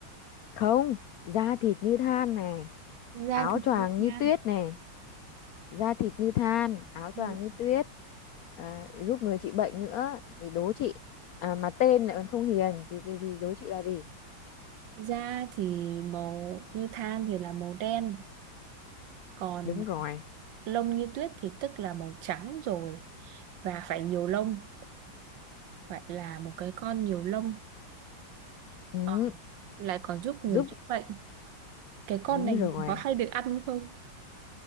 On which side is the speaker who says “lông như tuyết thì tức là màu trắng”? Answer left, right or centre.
Right